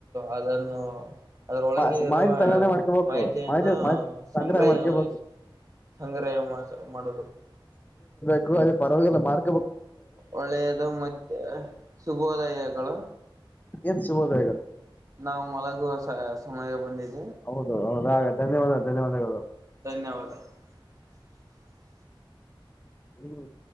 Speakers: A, on the right (about 40°); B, on the left (about 20°).
A: ಅದನ್ನು <inaudible> ಅದ್ರೊಳಗೆ
B: ಮಾ-
A: ಇರುವ
B: ಮಾಹಿತಿ ಸಂಗ್ರಹಣೆ ಮಾಡ್ಕೋಬೇಕು
A: ಮಾಹಿತಿಯನ್ನು
B: ಮಾಹಿತಿ ಮಾಹಿತಿ ಸಂಗ್ರಹ
A: ಸಂಗ್ರಹಿಸಿ
B: ಮಾಡ್ಕೋಬೇಕು
A: ಸಂಗ್ರಹ ಮಾಸ ಮಾಡುದು <unintelligible>
B: ಗು ಪರವಾಗಿಲ್ಲ ಮಾಡ್ತೀನಿ
A: ಒಳ್ಳೆಯದು ಮತ್ತೆ ಶುಭೋದಯಗಳು
B: ಏನ್ ಶುಭೋದಯಗಳು
A: ನಾವು ಮಳಗುವ ಸಮಯ ಬಂದಿದೆ
B: ಹೌದು ಹೌದ ಧನ್ಯವಾದ ಧನ್ಯವಾದಗಳು
A: ಧನ್ಯವಾದ <inaudible>
B: ಹ <unintelligible>